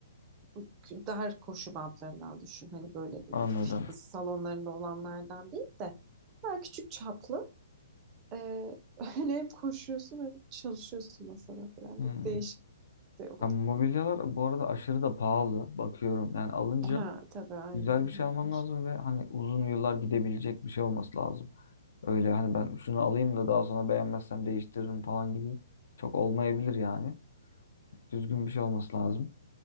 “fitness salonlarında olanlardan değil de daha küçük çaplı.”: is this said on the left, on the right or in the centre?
Right